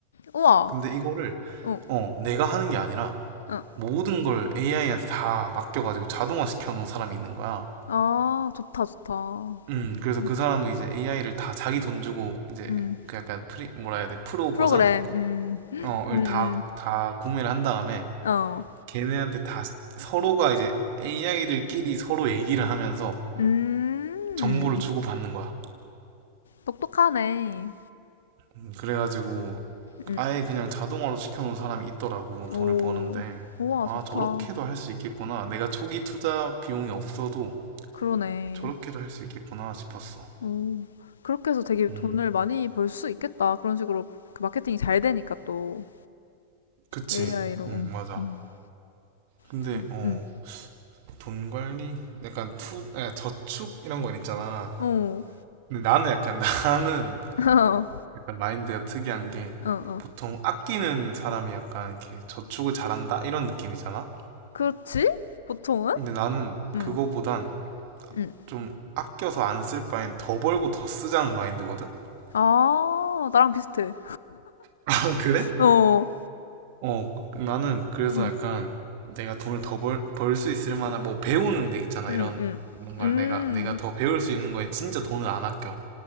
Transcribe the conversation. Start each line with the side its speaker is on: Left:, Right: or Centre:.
Left: 우와,
Right: 근데 이거를
Left: 어,
Right: 어 내가 하는 게 아니라
Left: 어,
Right: 모든 걸 AI한테 다 맡겨가지고 자동화 시켜놓은 사람이 있는 거야.
Left: 아, 좋다, 좋다.
Right: 음 그래서
Left: 음,
Right: 그 사람은 이제 AI를 다 자기 돈 주고 이제
Left: 음,
Right: 그 약간 프리 뭐라 해야 돼 프로 버전
Left: 프로그램, 음,
Right: 어을
Left: 음,
Right: 다 다 구매를 한 다음에
Left: 음, 어,
Right: 걔네한테 다 서로가 이제 AI들끼리 서로 얘기를 하면서
Left: 음,
Right: 정보를 주고받는 거야.
Left: 똑똑하네.
Right: 음, 그래가지고
Left: 음,
Right: 아예 그냥 자동화로 시켜놓은 사람이 있더라고
Left: 오,
Right: 돈을 버는데
Left: 우와,
Right: 아
Left: 좋다.
Right: 저렇게도 할 수 있겠구나 내가 초기 투자 비용이 없어도
Left: 그러네.
Right: 저렇게도 할 수 있겠구나 싶었어
Left: 오, 그렇게 해서 되게 돈을
Right: 음
Left: 많이 벌 수 있겠다. 그런 식으로 그 마케팅이 잘 되니까 또
Right: 그치
Left: AI로,
Right: 음
Left: 음,
Right: 맞아
Left: 음,
Right: 근데
Left: 좀,
Right: 어
Left: 음.
Right: 돈 관리 약간 투 아, 저축 이런 건 있잖아
Left: 어,
Right: 근데 나는 약간 <laughs> 나는
Left: <laughs> 어,
Right: 약간 마인드가 특이한 게
Left: 어, 어.
Right: 보통 아끼는 사람이 약간 이렇게 저축을 잘한다 이런 느낌이잖아
Left: 그렇지? 보통은?
Right: 근데 나는
Left: 응,
Right: 그거보단
Left: 응.
Right: 좀 아껴서 안 쓸 바엔 더 벌고 더 쓰자는 마인드거든? <laughs>
Left: 아, 나랑 비슷해.
Right: 아, 그래?
Left: 어,
Right: 어, 나는 그래서
Left: 응,
Right: 약간 내가 돈을 더 벌, 벌 수 있을 만한, 뭐 배우는 데 있잖아.
Left: 응,
Right: 이런
Left: 응.
Right: 뭔가를
Left: 음.
Right: 내가, 내가 더 배울 수 있는 거엔 진짜 돈을 안 아껴.